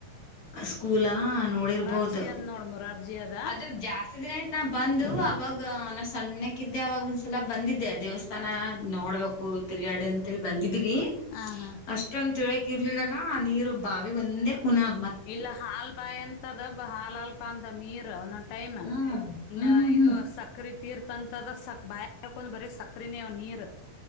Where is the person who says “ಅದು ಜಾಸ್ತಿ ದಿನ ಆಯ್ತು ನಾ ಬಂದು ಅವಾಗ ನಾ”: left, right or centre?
Left